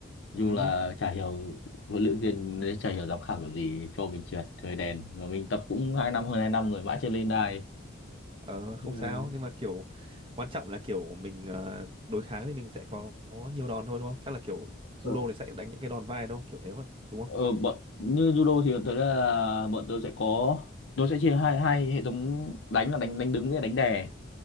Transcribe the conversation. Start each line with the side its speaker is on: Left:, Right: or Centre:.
Left: dù
Right: Ừ.
Left: là chả hiểu huấn luyện viên chả hiểu giám khảo kiểu gì cho mình trượt thời đèn mà mình tập cũng hai năm hơn hai năm rồi mãi chưa lên đài
Right: Ờ không
Left: Nhưng
Right: sao,
Left: mà
Right: nhưng mà kiểu quan trọng là kiểu mình ờ, đối kháng thì mình sẽ có, có nhiều đòn thôi đúng không? Chắc là kiểu judo
Left: ở,
Right: thì sẽ đánh những cái đòn vai đúng không? Kiểu thế thôi, đúng
Left: ở
Right: không?
Left: bọn như judo thì thấy là bọn tôi sẽ có tôi sẽ chia hai hai hệ thống đánh là đánh đánh đứng với đánh đè